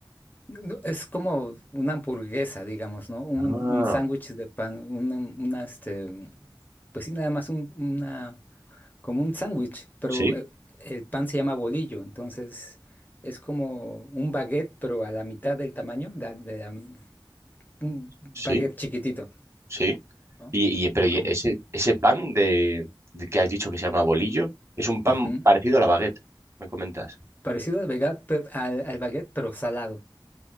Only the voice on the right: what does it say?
Ah,
sí,
sí,
sí.
Y, y- pero y
ese, ese pan de, de que has dicho que se llama bolillo, es un pan
parecido a la baguette, me comentas.